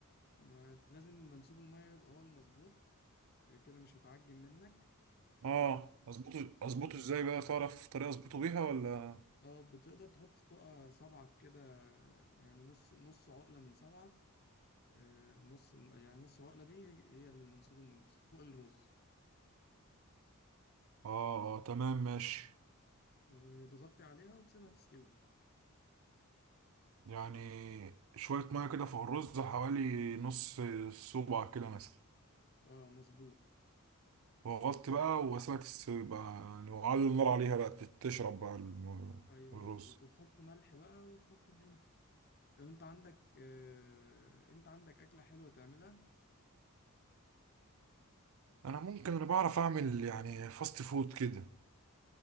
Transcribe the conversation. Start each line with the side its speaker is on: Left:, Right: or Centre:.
Left: ما لازم منسوب المية يبقى هو المظبوط كده مش هتعجن منك
Right: اه
Left: وت...
Right: اظبطه اظبطه ازاي بقى تعرف طريقة اظبطه بيها ولا
Left: اه بتقدر تحط فوقها صبعك كده يعني نص نص عقلة من صبعك آه، نص يعني نص العقلة دي هي هي المنسوب المناسب فوق الرز
Right: اه اه تمام ماشي
Left: وتغطي عليها وتسيبها تستوي
Right: يعني شوية مية كده فوق الرز حوالي نص صباع كده مثلا
Left: اه مظبوط
Right: وغطت بقى وسيبها تس- بقى يعني وعلي النار عليها بقى تت- تشرب بقى الم-
Left: ايوه
Right: الرز
Left: مظبوط وتحط ملح بقى وتحط الدنيا طب انت عندك آه، انت عندك أكلة حلوة تعملها
Right: انا ممكن انا بعرف اعمل يعني فاست فود كده